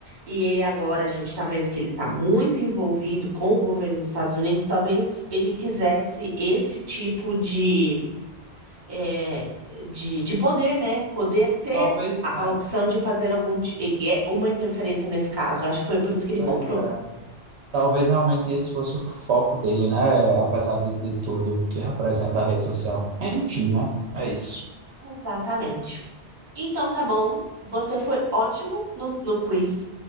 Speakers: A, on the right (about 45°); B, on the right (about 75°).
A: E ele agora, a gente está vendo que ele está muito envolvido com o governo dos Estados Unidos. Talvez ele quisesse esse tipo de, é, de, de poder, né? Poder ter
B: Talvez,
A: a,
B: é,
A: a opção de fazer algum ti- e- e é uma interferência nesse caso. Eu acho que foi por isso que ele
B: pois
A: comprou.
B: é. Talvez realmente esse fosse o foco dele, né? Apesar de, de tudo que representa a rede social. Enfim, né? É isso.
A: Exatamente. Então tá bom, você foi ótimo no, no quiz.